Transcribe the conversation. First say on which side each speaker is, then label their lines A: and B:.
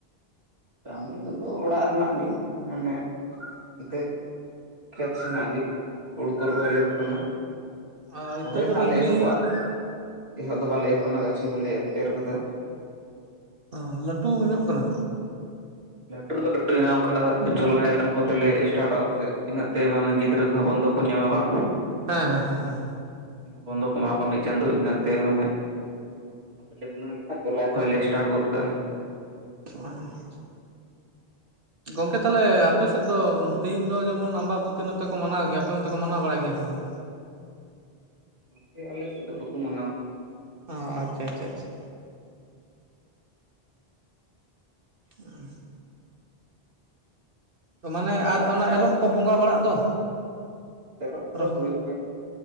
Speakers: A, on the right; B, on the right.
A: ᱠᱟᱹᱢᱤ ᱠᱚᱫᱚ ᱚᱲᱟᱜ ᱨᱮᱱᱟᱜ ᱜᱮ ᱢᱟᱱᱮ ᱮᱱᱛᱮ᱾ ᱠᱷᱮᱛ ᱥᱮᱱᱟᱜ ᱜᱮ ᱦᱩᱲᱩ ᱠᱚ ᱨᱚᱦᱚᱭ ᱡᱟᱹᱨᱩᱲ ᱠᱟᱱᱟ᱾
B: ᱟᱨ
A: ᱨᱚᱦᱚᱭ
B: ᱤᱛᱟᱹ ᱠᱚᱫᱚ
A: ᱦᱟᱸᱜ ᱞᱮ
B: ᱜᱤᱲᱤ
A: ᱮᱦᱚᱵᱚᱜᱼᱟ, ᱮᱦᱚᱵ ᱫᱚ ᱵᱟᱞᱮ ᱮᱦᱚᱵ ᱠᱟᱱᱟ ᱜᱟᱹᱪᱷᱤ ᱠᱚᱞᱮ ᱮᱨ ᱠᱟᱫᱟ᱾
B: ᱚᱸᱻᱞᱟᱹᱴᱩ ᱧᱚᱜ ᱠᱟᱱᱟ᱾
A: ᱞᱟᱹᱴᱩ ᱫᱚ ᱞᱟᱹᱴᱩᱭᱱᱟ ᱚᱱᱠᱟ ᱡᱩᱞᱟᱭ ᱜᱟᱱ ᱠᱚᱛᱮᱞᱮ ᱥᱴᱟᱴᱚᱜᱼᱟ ᱯᱟᱥᱮᱜ, ᱤᱱᱟᱹᱜ ᱛᱮ ᱢᱟᱱᱮ ᱜᱤᱫᱽᱨᱟᱹ ᱠᱚᱦᱚᱸ ᱵᱚᱱᱫᱚ ᱯᱩᱱᱧᱟ ᱢᱟ ᱵᱟᱝ
B: ᱦᱮᱸᱻ ᱦᱮᱸᱻ ᱦᱮᱻ ᱦᱮᱸᱻ᱾
A: ᱵᱚᱱᱫᱚ ᱠᱚ ᱮᱢᱟᱣ ᱠᱚᱣᱟ ᱢᱤᱫ ᱪᱟᱸᱫᱳ ᱤᱱᱟᱹᱜ ᱛᱮ ᱢᱟᱱᱮ ᱵᱟᱞᱮ ᱜᱩᱱᱟᱹᱱ ᱠᱷᱟᱡ ᱡᱩᱞᱟᱭ ᱠᱷᱚᱡ ᱞᱮ ᱥᱴᱟᱴ ᱜᱚᱜ ᱠᱟᱜᱼᱟ᱾
B: ᱚ <unintelligible>
A: ᱨᱚᱦᱚᱭ ᱠᱚ
B: ᱜᱚᱝᱠᱮ ᱛᱟᱦᱚᱞᱮ ᱟᱯᱮ ᱥᱮᱫ ᱫᱚ ᱛᱮᱤᱦᱤᱧ ᱫᱚ ᱡᱮᱢᱚᱱ ᱟᱢᱵᱟᱵᱚᱛᱤ ᱱᱚᱛᱮ ᱠᱚ ᱢᱟᱱᱟᱣ ᱜᱮᱭᱟ᱾ ᱟᱯᱮ ᱚᱱᱛᱮ ᱠᱚ ᱢᱟᱱᱟᱣ ᱵᱟᱲᱟᱭ ᱜᱮᱭᱟ ᱥᱮ ᱵᱟᱝ?
A: ᱱᱚᱛᱮ ᱟᱞᱮ ᱥᱮᱫ ᱫᱚ ᱵᱟᱠᱚ ᱢᱟᱱᱟᱣᱟ᱾
B: ᱚᱻ ᱟᱪᱪᱷᱟᱻ ᱟᱪᱪᱷᱟᱻ ᱟᱪᱪᱷᱟᱻ᱾ ᱟᱸᱻ᱾ ᱛᱚ ᱢᱟᱱᱮ ᱟᱨ ᱚᱱᱟ ᱮᱨᱚᱜ ᱠᱚ ᱵᱚᱸᱜᱟ ᱵᱟᱲᱟᱜ ᱫᱚ
A: ᱮᱨᱚᱜ ᱠᱚᱫᱚ
B: ᱨᱚ
A: ᱦᱩᱭᱩᱜ ᱜᱮᱭᱟ᱾